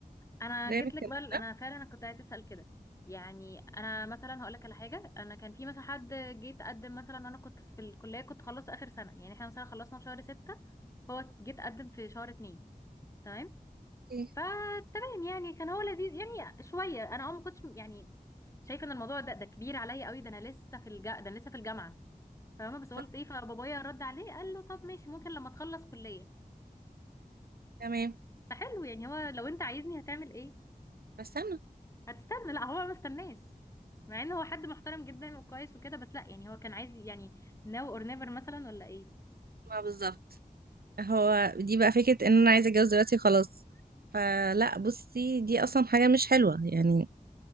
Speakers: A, on the left; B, on the right.
A: انا
B: زي
A: جيت
B: ما اتكلمنا
A: لك بقى انا فعلا انا كنت عايزه اسال كده يعني انا مثلا هقول لك على حاجه انا كان في مثلا حد جه تقدم مثلا انا كنت في الكليه كنت خلصت اخر سنه يعني احنا مثلا خلصنا في شهر ستة هو جه تقدم في شهر اتنين تمام
B: إيه،
A: فتمام يعني كان هو لذيذ يعني شويه انا اه ما كنتش يعني شايفه ان الموضوع ده ده كبير عليا قوي ده انا لسه في الج... ده انا لسه في الجامعه فاهمه بس قلت
B: صح
A: ايه فبابايا رد عليه قال له طب ماشي ممكن لما تخلص كليه
B: تمام
A: فحلو يعني هو لو انت عايزني هتعمل ايه
B: بس انا
A: هتستنى لا هو ما استناش مع ان هو حد محترم جدا وكويس وكده بس لا يعني هو كان عايز يعني now or never مثلا ولا ايه
B: ما بالظبط هو دي بقى فكرة ان انا عايزة اتجوز دلوقتي خلاص فلا بصي دي اصلا حاجة مش حلوة يعني